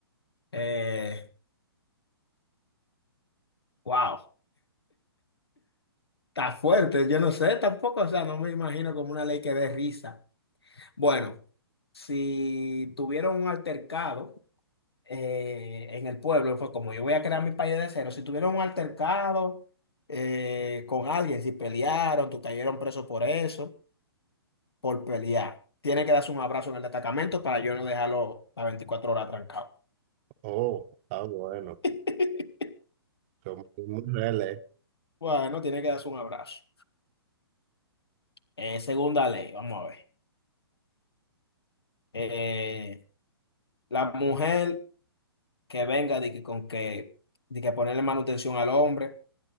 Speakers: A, on the left (about 70°); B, on the right (about 30°).
A: Eh, wow. Está fuerte, yo no sé tampoco, o sea, no me imagino como una ley que dé risa. Bueno, si tuvieron un altercado eh, en el pueblo, fue como yo voy a crear mi país de cero, si tuvieron un altercado eh, con alguien, si pelearon, tú cayeron preso por eso, por pelear, tiene que darse un abrazo en el destacamento para yo no dejarlo a 24 horas trancado.
B: Oh, está bueno.
A: <laughs>
B: Somos mujeres.
A: Bueno, tiene que darse un abrazo. Eh, segunda ley, vamos a ver. Eh, la mujer que venga de que con que de que ponerle manutención al hombre,